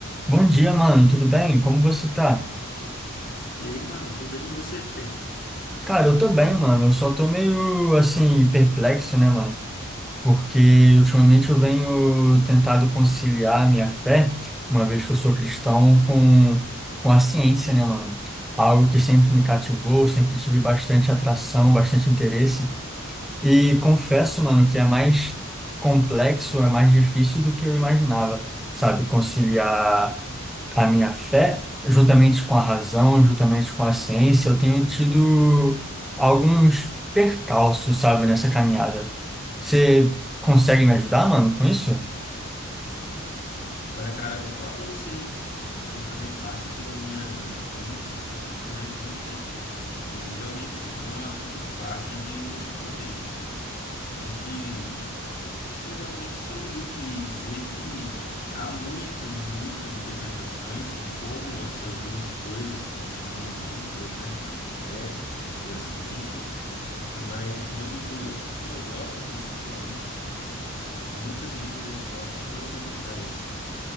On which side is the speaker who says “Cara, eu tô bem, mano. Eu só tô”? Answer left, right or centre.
Centre